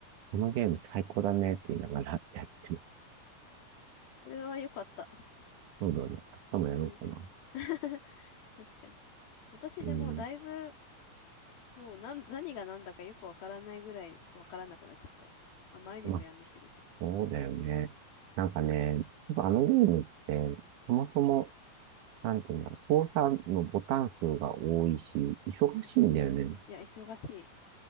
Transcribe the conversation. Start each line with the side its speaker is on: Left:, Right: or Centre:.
Right: このゲーム最高だねって言いながらやってる。
Left: それは良かった。
Right: そうだね。明日もやろうかな。
Left: うん。<laughs> 確かに。私でもだいぶ
Right: うん。
Left: もうなん、何が何だかよくわからないぐらいわからなくなっちゃったな。あまりにもやんなすぎて。
Right: まあ、そうだよね。なんかね、やっぱあのゲームって、そもそも、なんていうんだろう、操作のボタン数が多いし、忙しいんだよね。
Left: うん。いや、忙しい。